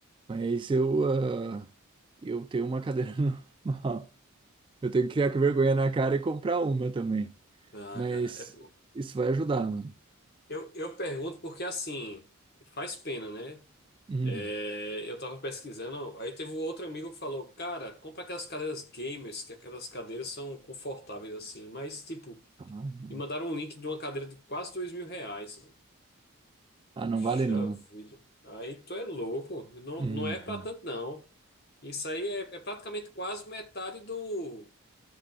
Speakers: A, on the right; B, on the left.
A: mas eu, ah, eu tenho uma cadeira <laughs> normal. Eu tenho que criar com vergonha na cara e comprar uma também.
B: Ah,
A: Mas
B: cara, é.
A: isso vai ajudar, mano.
B: Eu, eu pergunto porque, assim, faz pena, né?
A: Hum.
B: É, eu tava pesquisando, aí teve um outro amigo que falou, cara, compra aquelas cadeiras gamers, que aquelas cadeiras são confortáveis, assim. Mas, tipo,
A: Ah, não
B: me mandaram um link de uma cadeira de quase dois mil reais.
A: Ah, não
B: Puxa
A: vale não.
B: vida. Aí tu é louco. Não,
A: Uhum.
B: não é pra tanto, não. Isso aí é, é praticamente quase metade do,